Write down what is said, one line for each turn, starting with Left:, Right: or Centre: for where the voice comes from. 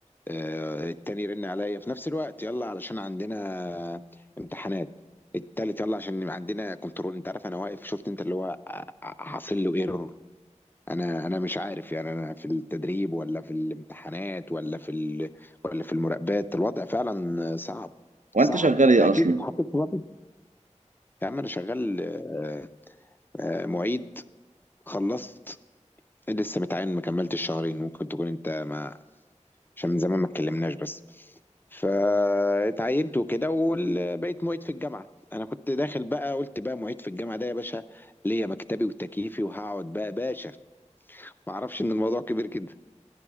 Left: آه، التاني يرن عليا في نفس الوقت يلا علشان عندنا امتحانات التالت يلا عشان عندنا كنترول انت عارف انا واقف شفت انت اللي هو ع- ع- حاصل له ايرور انا انا مش عارف يعني انا في التدريب ولا في الامتحانات ولا في ال... ولا في المراقبات الوضع فعلا صعب
Right: وانت
Left: صعب
Right: شغال ايه
Left: تأكيد
Right: اصلا؟
Left: اتحطيت في وضع يا عم انا شغال آه، آه، معيد خلصت لسه متعين ما كملتش شهرين ممكن تكون انت ما عشان من زمان ما اتكلمناش بس فاتعينت وكده وبقيت معيد في الجامعه انا كنت داخل بقى قلت بقى معيد في الجامعه ده يا باشا ليا مكتبي وتكييفي وهقعد بقى باشا ما اعرفش ان الموضوع كبير كده